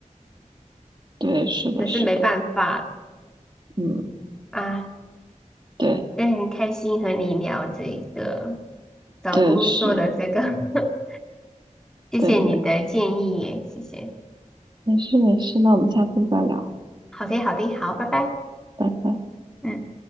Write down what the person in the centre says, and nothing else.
<laughs>
那是没办法的
啊。
但很开心和你聊这个找工作的这个，
<laughs> 谢谢你的建议，
谢谢。
好的，好的，好，拜拜。
嗯。